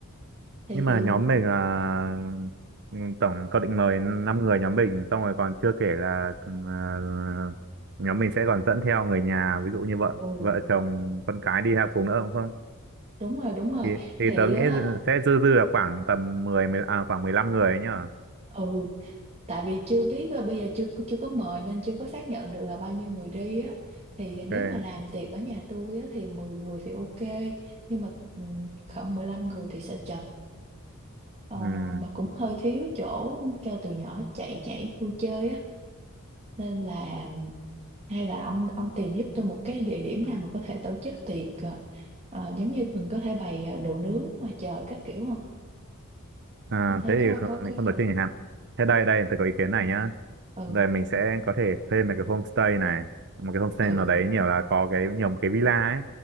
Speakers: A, on the right; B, on the right.
A: thì
B: nhưng
A: thì
B: mà nhóm mình là, ừm, tổng cậu định mời 5 người nhóm mình, xong rồi còn chưa kể là, ừm, ờ, nhóm mình sẽ còn dẫn theo người nhà, ví dụ như vợ,
A: ừ
B: vợ chồng, con cái đi học cùng nữa đúng không?
A: đúng rồi đúng rồi
B: thì thì
A: thì
B: tớ nghĩ
A: á
B: sẽ dư dư là khoảng tầm 10, 10 à, khoảng 15 người ấy nhở
A: ừ tại vì chưa biết ờ, bây giờ chưa chưa có mời nên chưa có xác nhận được là bao nhiêu người đi á thì
B: ok
A: nếu mà làm tiệc ở nhà tôi á thì 10 người thì ok nhưng mà um, khoảng 15 người thì sợ chật Ờ,
B: ừ.
A: mà cũng hơi thiếu chỗ cho tụi nhỏ chạy nhảy vui chơi á nên là hay là ông ông tìm giúp tôi một cái địa điểm nào mà có thể tổ chức tiệc ờ, ờ, giống như mình có thể bày ờ, đồ nướng ngoài trời các kiểu không
B: à,
A: ông thấy
B: thế thì
A: có
B: không-
A: có cái
B: mình không
A: chỗ
B: tổ chức nhà hàng thế đây đây tôi có ý kiến này nhá
A: ừ
B: rồi mình sẽ có thể thuê một cái homestay này một cái homestay
A: ừ
B: nào đấy nhiều là có cái nhiều một cái villa ấy